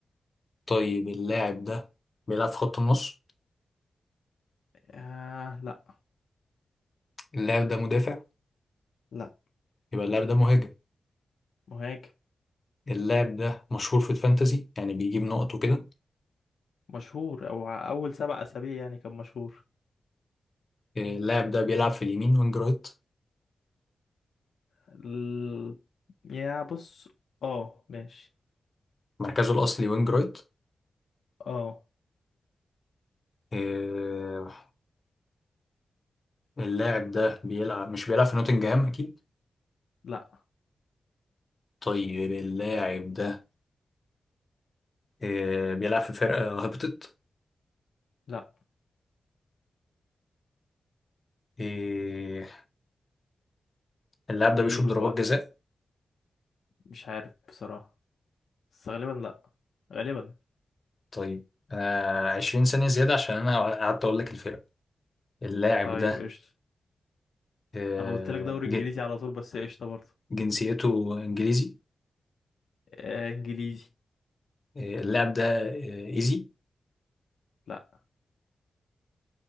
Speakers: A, on the left; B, on the left.
A: طيب اللاعب ده بيلعب في خط النص
B: آه لا
A: اللاعب ده مدافع
B: لا
A: يبقى اللاعب ده مهاجم
B: مهاجم
A: اللاعب ده مشهور في الفانتازي يعني بيجيب نقط وكده
B: مشهور او ع- اول سبع اسابيع يعني كان مشهور
A: إيه، اللاعب ده بيلعب في اليمين وينج رايت
B: ال... يا بص اه ماشي
A: مركزه الأصلي وينج رايت
B: اه
A: آه، اللاعب ده بيلعب مش بيلعب في نوتنجهام أكيد
B: لا
A: طيب اللاعب ده آه، بيلعب في فرقة هبطت
B: لا
A: آه، اللاعب ده
B: ايه
A: بيشوط
B: الوقت
A: ضربات جزاء
B: مش عارف بصراحة بس غالبا لا غالبا
A: طيب آه عشرين ثانية زيادة عشان أنا قعدت أقول لك الفرقة اللاعب
B: طيب
A: ده
B: قشطة
A: آه،
B: انا قلت لك دوري
A: ج-
B: انجليزي على طول بس قشطة برضه
A: جنسيته إنجليزي
B: آه انجليزي
A: آه، اللاعب ده آه، إيزي
B: لا